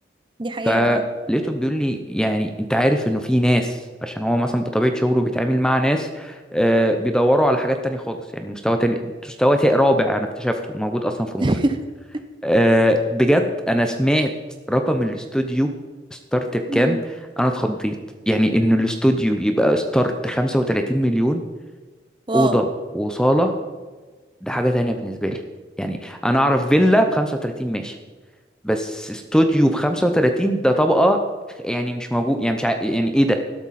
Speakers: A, on the right; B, in the centre.
A: دي حقيقة
B: فلقيته
A: فعلا
B: بيقول لي يعني انت عارف انه في ناس عشان هو مثلا بطبيعه شغله بيتعامل مع ناس آه، بيدوروا على حاجات تانية خالص يعني مستوى تاني مستوى تا- رابع انا اكتشفته موجود اصلا في مصر
A: <laughs>
B: أه بجد انا سمعت رقم الاستوديو ستارت بكام
A: مم.
B: انا اتخضيت يعني ان الاستوديو يبقى ستارت 35 مليون
A: واو
B: اوضه وصاله ده حاجه تانية بالنسبه لي يعني انا اعرف فيلا ب 35 ماشي بس استوديو ب 35 ده طبقه يعني مش موجود يعني مش ع... يعني ايه ده